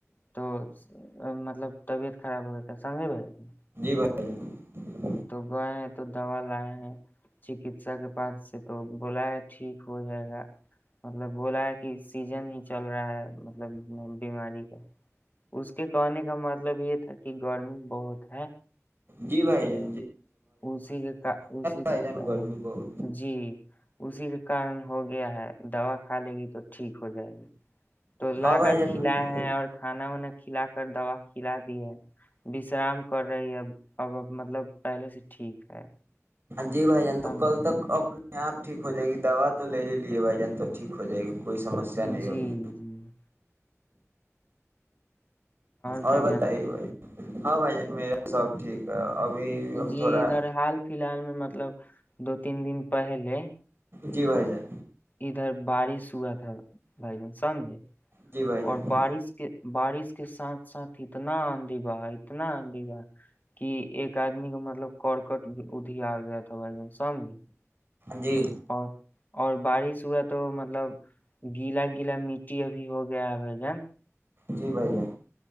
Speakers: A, on the left; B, on the right.
A: تو مطلب طبیعت خراب ہو گیا تھا سمجھے بھائی جان
B: <unintelligible>
A: تو گئے ہیں تو دوا لائے ہیں چکسا کے پاس سے تو بولایا ٹھیک ہو جائے گا مطلب بولا ہے کہ سیزن ہی چل رہا ہے مطلب بیماری کا اس کے کہنے کا مطلب یہ تھا کہ گرمی بہت ہے
B: جی بھائی ج
A: اسی کے کا اسی
B: بھائی
A: کے
B: جان
A: کارن
B: گرمی بہت
A: جی اسی کے کارن ہو گیا ہے دوا کھا لے گی تو ٹھیک ہو جائے گی تو لا
B: ہاں بھائی
A: کر
B: جان
A: کھلائے ہیں اور کھانا وانا کھلا کر دوا کھلا دی ہےشرام کر رہی ہے اب مطلب پہلے سے ٹھیک ہے
B: جی بائی جان
A: سمجھ
B: تو کل تک نہیں آپ ٹھیک ہو جائے گی دوا تو لے ہی لیے بھائی جان تو ٹھیک ہو جائے گی کوئی سمسیا نہیں
A: جی
B: ہوی
A: جی بھائی
B: اور بتائیے
A: جان
B: بھائی ہاں بھائی جان میرا سب ٹھیک ہے ابھی ہم
A: جی
B: تھوڑا
A: ادھر حال فی الحال میں مطلب دو تین دن پہلے
B: جی بھائی جان
A: ادھر بارش ہوا تھا بھائی جان سمجھے
B: جی بھائی جان
A: اور بارش کے بارش اس کے ساتھ ساتھ اتنا دیوا اتنا دیوا کہ ایک آدمی کا مطلب کرکٹ ادھی آ گیا تھا بھائی جان سمج
B: جی
A: اور اور بارش ہوا تو مط مطلب گیلا گیلا مٹی ابھی ہو گیا ہے بھائی جن
B: جی بھائ جان